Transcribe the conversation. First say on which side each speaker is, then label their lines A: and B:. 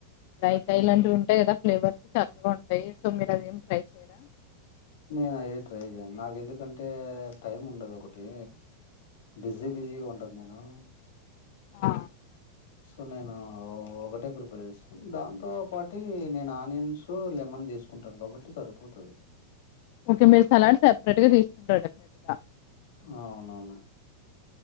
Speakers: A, on the left; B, on the left.
A: రైతాయి లాంటివి ఉంటాయి కదా ఫ్లేవర్స్ చక్కగా ఉంటాయి సో మీరు అదేమి ట్రై చేయరా
B: నేను అయి ట్రై చేయంను నాకు ఎందుకంటే టైం ఉండదు ఒకటి బిజీ బిజీగా ఉంటాను నేను
A: ఆ
B: సో నేను ఒకటే ప్రిపేర్ చేస్తాను దాంతో పాటి నేను ఆనియన్స్ లెమన్ తీసుకుంటాం కాబట్టి సరిపోతది
A: ఓకే మీరు సలాడ్ సెపరేట్ గా తీసుకుంటారు డెఫ్నెట్ గా
B: ఆ అవునవును